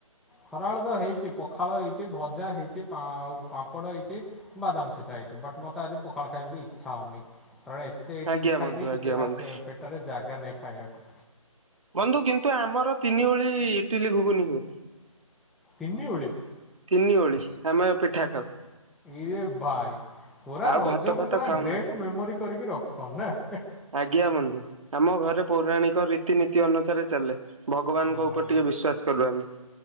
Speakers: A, in the centre; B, on the right.
A: ଖରାବେଳ ତ ହେଇଚି ପଖାଳ ହେଇଚି ଭଜା ହେଇଚି, ପା ଆଉ ପାମ୍ପଡ଼ ହେଇଚି ବାଦାମ ଛେଚା ହେଇଚି ବଟ୍ ମୋତେ ଆଜି ପଖାଳ ଖାଇବାକୁ ଇଚ୍ଛା ହଉନି କାରଣ ଏ ତେ ଇଟିଲି
B: ଆଜ୍ଞା
A: ଖାଇ
B: ବନ୍ଧୁ
A: ଦେଇଚି
B: ଆଜ୍ଞା
A: ଯେ
B: ବନ୍ଧୁ
A: ଆଉ ପେ ପେଟରେ ଜାଗା ନାହିଁ ଖାଇଆକୁ।
B: ବନ୍ଧୁ କିନ୍ତୁ ଆମର ତିନି ଓଳି ଇଟିଲି ଘୁଗୁନି ହୁଏ।
A: ତିନିଓଳି।
B: ତିନିଓଳି ଆମେ ପିଠା ଖାଉ।
A: ଏ ବାଇ ପୁରା
B: ଆଉ
A: ରଜକୁ
B: ଭାତ ଫାତ
A: ପୁରା
B: ଖାଉନା।
A: ଗ୍ରେଟ୍ ମେମୋରି କରିକି ରଖନା ହେଁ।
B: ଆଜ୍ଞା ବନ୍ଧୁ ଆମ ଘରେ ପୌରାଣିକ ରୀତିନୀତି ଅନୁସାରେ ଚାଲେ। ଭଗବାନଙ୍କ
A: ହଁ
B: ଉପରେ ଟିକେ ବିଶ୍ଵାସ କଲିନି।